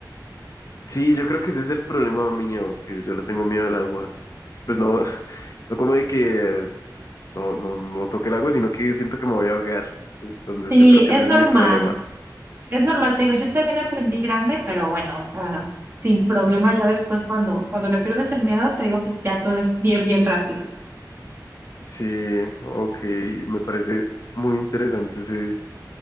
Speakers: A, on the left; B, on the right.
A: Sí, yo creo que ese es el problema mío, que yo le tengo miedo al agua. Pues no, <laughs> no como de que no, no, no toque el agua, sino que siento que me voy a ahogar. Entonces
B: Sí,
A: yo creo que
B: es
A: ese es
B: normal,
A: mi problema.
B: es normal, te digo, yo también aprendí grande, pero bueno, o sea, sin problema ya después cuando, cuando le pierdes el miedo, te digo que ya todo es bien, bien rápido.
A: Sí, ok, me parece muy interesante ese,